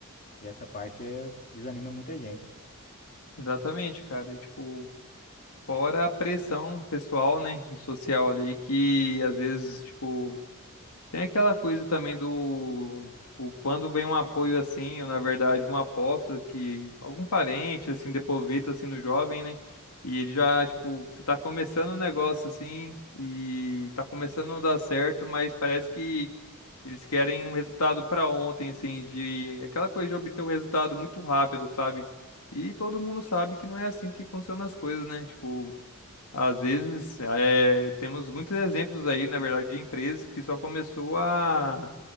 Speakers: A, on the left; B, on the left.
A: E essa parte é, desanima muita gente.
B: Exatamente, cara. E, tipo, fora a pressão pessoal, né, e social ali, que às vezes, tipo, Tem aquela coisa também do, tipo, quando vem um apoio assim, ou na verdade uma aposta que algum parente, assim, deposita, assim, no jovem, né? E ele já, tipo, se tá começando um negócio assim, e tá começando a não dar certo, mas parece que eles querem um resultado pra ontem, assim, de aquela coisa de obter um resultado muito rápido, sabe? E todo mundo sabe que não é assim que funcionam as coisas, né? Tipo, às vezes, é, temos muitos exemplos aí, na verdade, de empresas que só começou a